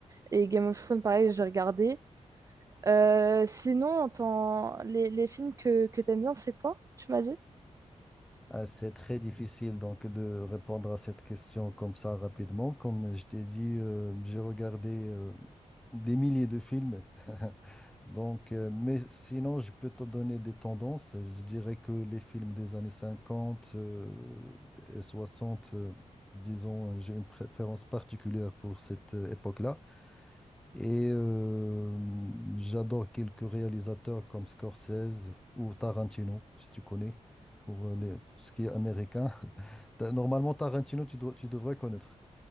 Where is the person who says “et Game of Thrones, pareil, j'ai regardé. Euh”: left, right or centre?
Right